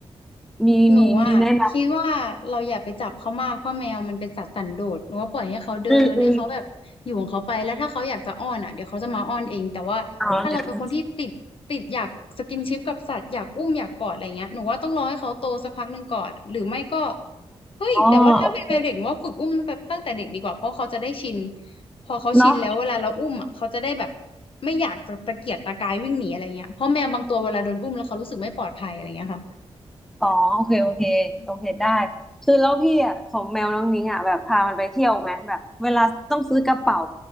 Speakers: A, in the centre; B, on the left.
A: มีมีมีแนะน
B: หนูอ่ะคิดว่าเราอย่าไปจับเขามากเพราะแมวมันเป็นสัตว์สันโดษหนูว่าปล่อยให้เขาเดินให้เขาแบบอยู่ของเขาไปแล้วถ้าเขาอยากจะอ้อนอ่ะเดี๋ยวเขาจะมาอ้อนเองแต่ว่าถ้าเราเป็นคนที่ติดติดอยากสกินชิปกับสัตว์อยากอุ้มอยากกอดอะไรเงี้ยหนูว่าต้องรอให้เขาโตสักพักหนึ่งก่อนหรือไม่ก็
A: ำอืม อ๋อเดี๋ยวนะ
B: เฮ้ยแต่ว่าถ้าเป็นแมวเด็กหนูว่าฝึกอุ้มแบบตั้งแต่เด็กดีกว่าเพราะเขาจะได้ชิน
A: อ๋อโอเค
B: พอเขาชินแล้วเวลาเราอุ้มอ่ะเขาจะได้แบบ
A: เนาะ
B: ไม่อยากจะตะเกียกตะกายวิ่งหนีอะไรเงี้ยเพราะแมวบางตัวเวลาโดนอุ้มแล้วเขารู้สึกไม่ปลอดภัยอะไรเงี้ยค่ะ
A: อ๋อโอเคโอเคโอเคได้
B: อืม
A: คือแล้วพี่อ่ะของแมวน้องนิ้งอ่ะแบบพามันไปเที่ยวไหมแบบเวลาต้องซื้อกระเป๋า